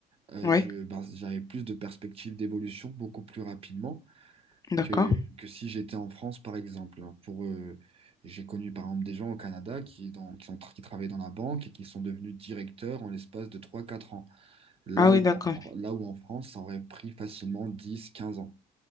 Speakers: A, on the right; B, on the left.
A: euh,
B: Oui,
A: je, bah, j'avais plus de perspectives d'évolution beaucoup plus rapidement.
B: d'accord.
A: que, que si j'étais en France, par exemple. Alors, pour, euh, j'ai connu par exemple des gens au Canada qui, dans, qui, ont tra- qui travaillaient dans la banque et qui sont devenus directeurs en l'espace de trois quatre ans. Là
B: Ah oui,
A: où,
B: d'accord.
A: en, Fr- là où en France, ça aurait pris facilement dix quinze ans